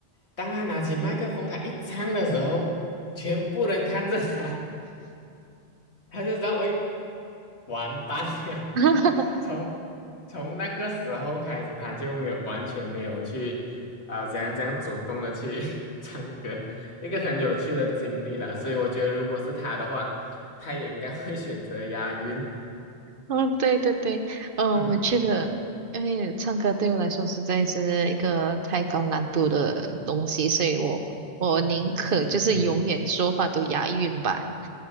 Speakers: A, on the left; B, on the right.
A: 当他拿起麦克风，他一唱的时候，全部人看着他，<laughs> 他就知道，喂。完蛋了。<laughs>
B: 哈哈。
A: 从从那个时候开始，他就没有完全没有去呃怎样怎样主动的去 <laughs> 唱歌，一个很有趣的经历了。所以我觉得，如果是他的话，他也应该会选择押韵。
B: 嗯，对对对，嗯，
A: 嗯
B: 我觉得，因为唱歌对我来说实在是一个太高难度的东西，所以我我宁可就是永远说话都押韵吧。
A: 嗯